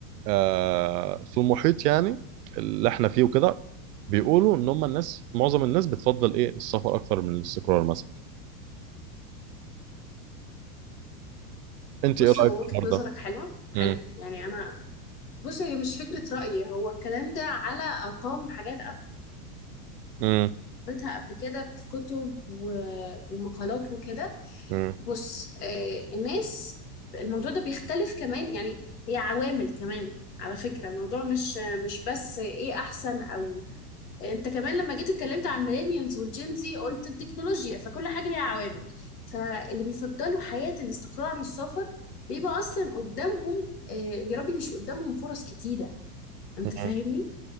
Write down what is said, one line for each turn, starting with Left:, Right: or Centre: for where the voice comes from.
Right: آه في المحيط يعني اللي احنا فيه وكده بيقولوا ان هم الناس معظم الناس بتفضل ايه السفر اكتر من الاستقرار مثلا انت
Left: بص
Right: ايه رأيك
Left: هو
Right: في
Left: وجهة
Right: الحوار
Left: نظرك
Right: ده؟
Left: حلوة حلو
Right: مم.
Left: يعني انا بص هي مش فكرة رأيي هو الكلام ده على ارقام وحاجات
Right: مم.
Left: قريتها قبل كده في كتب و- ومقالات وكده
Right: مم.
Left: بص آه، الناس الموضوع ده بيختلف كمان يعني هي عوامل كمان على فكرة الموضوع مش مش بس ايه احسن او انت كمان لما جيت اتكلمت عن الميلينيالز والجينزي قلت التكنولوجيا فكل حاجة ليها عوامل فاللي بيفضلوا حياة الاستقرار عن السفر بيبقى اصلا قدامهم آه، يا ربي مش قدامهم فرص كتيرة انت
Right: مم.
Left: فاهمني